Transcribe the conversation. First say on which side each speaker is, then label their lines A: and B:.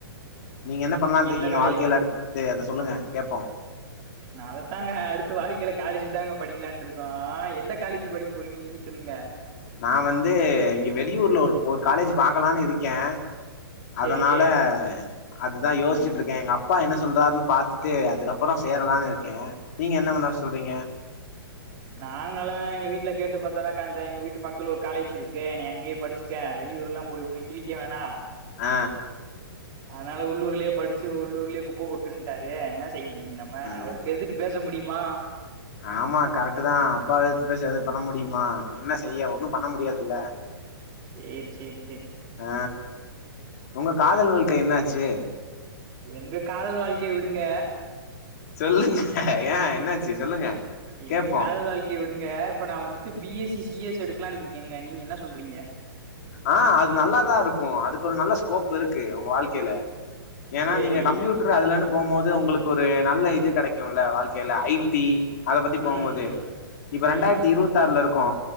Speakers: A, on the left (about 45°); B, on the right (about 25°).
A: நீங்க என்ன பண்ணலானு இருக்கீங்க
B: எந்த காலேஜ்
A: வாழ்க்கைல அடுத் து அத சொல்லுங்க கேப்போ
B: நா அதத்தாங்க அடுத்த வாழ்க்கையில காலேஜ் தாங்க படிக்கலான்னு இருக்கோ எந்த காலேஜ் படிக்க போறீங்கின்னு நீங்க சொல்லுங்க
A: நா வந்து இங்க வெளியூர்ல ஒரு ஒரு காலேஜ் பாக்கலான்னு இருக்கே
B: சேரி
A: அதனால அதுதா யோசிச்சிட்ருக்கே
B: ம்
A: எங்க அப்பா என்ன சொல்றாருன்னு பாத்துட்டு அதுக்கப் பறோ சேரலானு
B: ம்
A: இருக்கே நீங்க என்ன பண்ண சொல்றீங்க
B: நாங்கல்லா எங்க வீட்டுல கேட்டு பாத்தாலா எங்க வீட்டு பக்கத்துல ஒரு காலேஜ் இருக்கு நீ அங்கே படிச்சு க்க வெளியூர் எல்லா போய் ஒன்னு கிழிக்க வேணா
A: ஆ
B: அதனால உள்ளூர்லே படிச்சு உள்ளூர்லே குப்ப கொட்டுட்டாரு என்ன செய்ய முடியு நம்ம அவருக்
A: ஆ
B: எதுத்துட்டு பேச முடியுமா
A: ஆமா கரெக்ட் தா அப்பா எத்து பேச எது பண்ண முடியுமா என்ன செய்ய ஒண்ணு பண்ண முடியாதுல்ல
B: சேர் செரி செரி
A: ஆ உங்க காதல் வாழ்க்க என்னாச்சி
B: எங்க காதல் வாழ்க்கைய விடுங்க
A: சொல்லுங்க ஏ என்னாச்சி சொல்லுங்க கேப்போம்
B: எங்க காதல் வாழ்க்கை விடுங்க இப்ப நா வந்துட்டு B S C C S எடுக்கலான் இருக்கேங்க நீங்க என்ன சொல்றீங்க
A: ஆ அது நல்லாதாருக்கு அதுக்கு ஒரு நல்ல ஸ்கோப் இருக்கு அவுங்க வாழ்க்கையில ஏன்னா
B: சேரி
A: நீங்க கம்பியூட்ரு அதுலன்னு போபோது உங்களுக்கு ஒரு நல்ல இது கெடைக்குல வாழ்க்கையில ஐ டி அத பத்தி போபோது
B: ம் ம்
A: இப்ப
B: ம்
A: ரெண்டாயிரத்தி இருபத்தி ஆறுல இருக்கோ